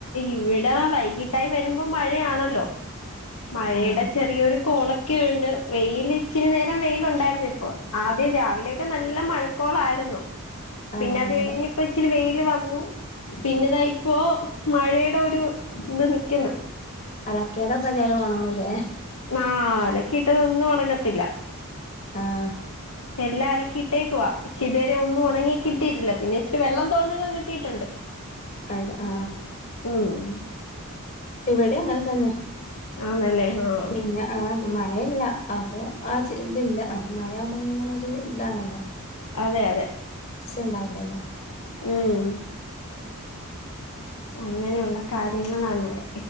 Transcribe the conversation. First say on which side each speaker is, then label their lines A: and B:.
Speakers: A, on the left; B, on the left.
A: ഇവിടെ വൈകിട്ടായി വരുമ്പോ മഴയാണല്ലോ മഴയുടെ
B: ആഹ്
A: ചെറിയൊരു കൊളക്കെയുണ്ട് വെയ്ൽ ഇച്ചിരി നേരം വെയില് ഉണ്ടായിരുന്നു ഇപ്പോആദ്യം രാവിലെയൊക്കെ നല്ല മഴകോ ലായിരുന്നു
B: ആഹ്
A: പിന്നെ അത്
B: അതെ
A: കഴിഞ്ഞ് ഇപ്പ ഇച്ചിരി വെയില് വന്നു പിന്നെ താ ഇപ്പോ മഴയുടെ ഒരു ഇത് നിക്കുന്നു
B: അലക്കെതൊക്കെ തായാലും ഓണങ്ങൂല്ലേ
A: ആ അലക്കി ഇട്ടതൊന്നും ഉണങ്ങത്തില്ല
B: ആഹ്
A: എല്ലാം അലക്കി ഇട്ടേക്കുവാ പക്ഷേ ഇതുവരെ ഒന്നും ഉണങ്ങി കിട്ടിയിട്ടില്ല പിന്നെ ഇച്ചിരി വെള്ളം തോർന്നൊക്കെ കിട്ടിയിട്ടുണ്ട്
B: അ ആ
A: ഉം
B: ഇവിടെ അങ്ങനെ തന്നെ
A: ആന്നല്ലേ ആഹ്
B: പിന്നെ ആ മഴയില്ല അപ്പൊ ആ ഇതില്ല മറ്റേ മഴാവുമ്പൊ ഇങ്ങനെ ഒരു ഇതാണല്ലോ
A: അതെ അതെ
B: ണ്ടാവുല്ലലേ
A: ഉം അങ്ങനെയുള്ള കാര്യങ്ങളാണ്‌ ഇവിടെ